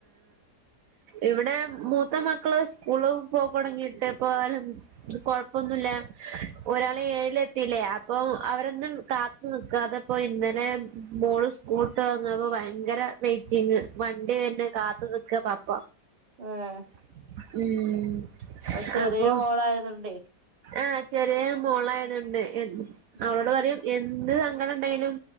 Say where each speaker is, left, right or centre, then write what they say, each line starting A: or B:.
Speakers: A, on the right; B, on the right.
A: ഇവിടെ മൂത്ത മക്കള് സ്കൂള് പോക്കു തുടങ്ങിയിട്ട് <unintelligible> കൊഴപ്പൊന്നുല്ല ഒരാള ഏഴിലെത്തില്ലേ അപ്പൊ അവരൊന്നും കാത്തു നിക്കതെപ്പോ ഇന്നലെ മോള് സ്കൂള്ട്ട് വന്നപ്പൊ ഭയങ്കര വൈറ്റിങ് വണ്ടി വന്നത് കാത്തു നിക്കാ പപ്പ
B: ആഹ്
A: ഉം
B: അത് ചെറിയ
A: അപ്പൊ
B: മോളായതുണ്ടേ
A: ആഹ് ചെറിയ മോളായതൊണ്ട് എൻ
B: ഉം
A: അവള് പറയും എന്ത് സങ്കടം ഇണ്ടങ്കിലും